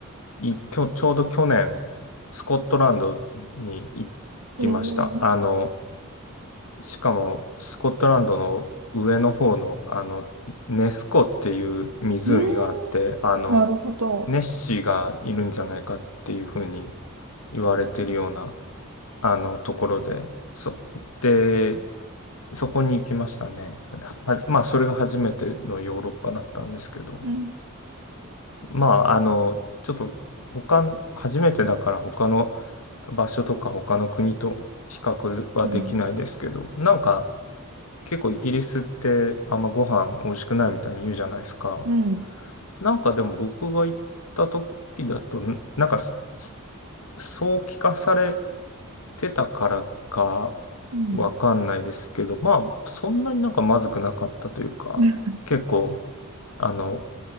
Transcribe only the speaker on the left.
ーい、きょ、ちょうど去年、スコットランドに行きました。
あの、しかも、スコットランドの上の方の、あの、ネス湖っていう湖があって、
あの、
ネッシーがいるんじゃないかっていうふうに言われてるような、あの、ところで、そ、で、そこに行きましたね。はまあ、それが初めてのヨーロッパだったんですけど。
まあ、あの、ちょっと他初めてだから他の場所とか他の国と比較はできないですけど、
なんか結構イギリスってあんまご飯美味しくないみたいに言うじゃないですか。
なんかでも僕が行った時だと、なんかそそう聞かされてたからか
わかんないですけど、まあそんなになんかまずくなかったというか、
結構あの、